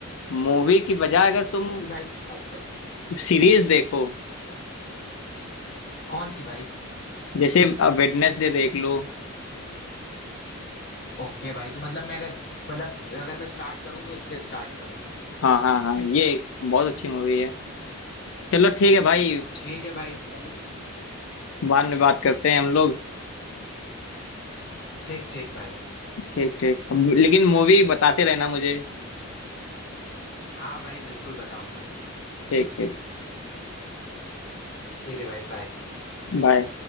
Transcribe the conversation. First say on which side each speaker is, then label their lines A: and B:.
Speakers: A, on the left; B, on the left.
A: मूवी की बजाय अगर
B: कौन
A: तुम
B: सी भाई स्टार्ट करूं
A: सीरीज देखो
B: कौन सी भाई
A: जैसे अब वेडनेसडे देख लो
B: ओके भाई तो मतलब मैं अगर मतलब अगर मैं स्टार्ट करूं तो इससे स्टार्ट करूं
A: हाँ हाँ हाँ ये बहुत अच्छी मूवी है चलो ठीक है भाई
B: ठीक है भाई चलो
A: बाद में बात करते हैं हम लोग
B: ठीक ठीक भाई
A: ठीक ठीक अब- लेकिन मूवी बताते रहना मुझे
B: हाँ भाई बिल्कुल बताऊंगा
A: ठीक ठीक
B: ठीक है भाई बाय
A: बाय